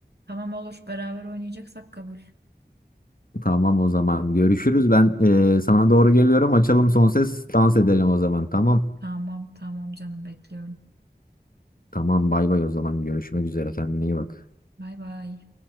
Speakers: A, on the right; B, on the left.
A: Tamam olur. Beraber oynayacaksak kabul.
B: Tamam o zaman görüşürüz. Ben eee, sana doğru geliyorum. Açalım son ses dans edelim o zaman. Tamam.
A: Tamam tamam canım bekliyorum.
B: Tamam bay bay o zaman görüşmek üzere kendine iyi bak.
A: Bay bay.